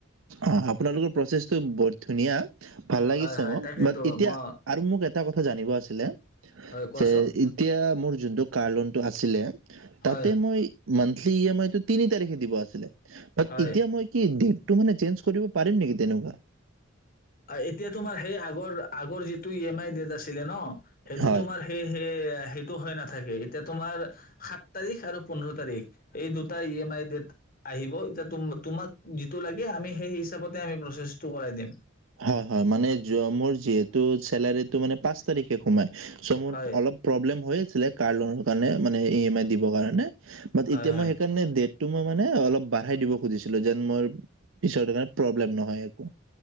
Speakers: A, on the right; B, on the left.
A: অ', আপোনালোকৰ প্ৰচেছটো বৰ ধুনীয়া। ভাল লাগিছে
B: হয় হয়
A: মোক?
B: তাকেইতো
A: বাট এতিয়া
B: মই
A: আৰু মোক এটা কথ জানিব আছিলে
B: হয় কোৱাচোন
A: যে এতিয়া মোৰ যোনটো, কাৰ লোনটো আছিলে।
B: হয়
A: তাতে মই ইমান এই ই এম আই টো তিনি তাৰিখে দিব আছিলে। বাত
B: হয়
A: এতিয়া মই কি দিম? মানে চেঞ্জ কৰিব পাৰিম নেকি তেনেকুৱা?
B: এতিয়া তোমাৰ হেই আগৰ, আগৰ যিটো ই এম আই ডেট আছিল। ছিলে ন সেইটো
A: হয়
B: তোমাৰ সেই, সেই সেইটো হয় নাথাকে এতিয়া তোমাৰ সাত তাৰিখ আৰু পোন্ধৰ তাৰিখ এই দুটাই ই এম আই ডেট আহিব এতিয়া তো‌ তোমাক জিতু লাগে আমি সে হিচাপত আমি প্ৰচেচ টো কৰাই দিম।
A: হয়, হয় মানে য মোৰ যিহেতু চেলাৰীটো মানে পাঁচ তাৰিখে সোমাই। চ' মোৰ
B: হয়
A: অলপ প্ৰব্লেম হৈ আছিলে কাৰ লোনৰ কাৰণে মানে ই এম আই দিবৰ কাৰণে বাত
B: হয়
A: এতিয়া
B: হয়
A: মই সেইকাৰণে ড টো মই মানে, অলপ বাঢ়াই দিব খুজিছিলো যেন মৰ পিছত প্ৰব্লেম নহয় একো।